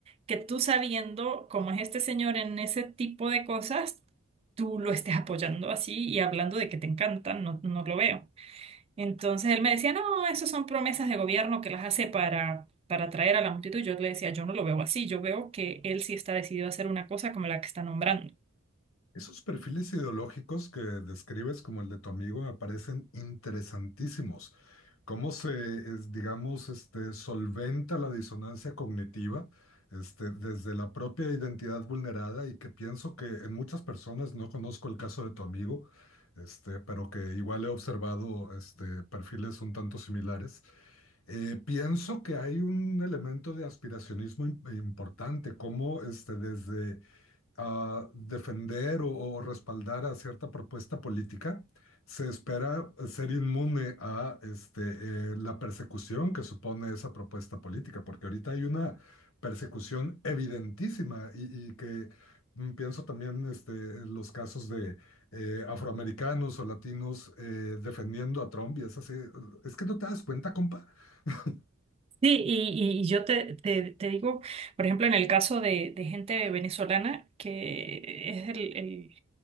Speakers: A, on the right (about 30°); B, on the left (about 80°).
A: que tú sabiendo cómo es este señor en ese tipo de cosas, tú lo estés apoyando así y hablando de que te encantan, no, no lo veo. Entonces él me decía, no, eso son promesas de gobierno que las hace para... para atraer a la multitud, yo le decía, yo no lo veo así, yo veo que él sí está decidido a hacer una cosa como la que está nombrando.
B: Esos perfiles ideológicos que describes como el de tu amigo me parecen interesantísimos. ¿Cómo se, es, digamos, este, solventa la disonancia cognitiva, este, desde la propia identidad vulnerada y que pienso que en muchas personas, no conozco el caso de tu amigo, este, pero que igual he observado, este, perfiles un tanto similares. Eh, pienso que hay un elemento de aspiracionismo im- importante, como, este, desde a defender o, o respaldar a cierta propuesta política, se espera ser inmune a este, eh, la persecución que supone esa propuesta política, porque ahorita hay una persecución evidentísima y, y que mm, pienso también este, en los casos de eh, afroamericanos o latinos eh, defendiendo a Trump y es así, es que no te das cuenta, compa. <laughs>
A: Sí, y, y- y yo te, te- te digo, por ejemplo, en el caso de, de gente venezolana, que es el, el-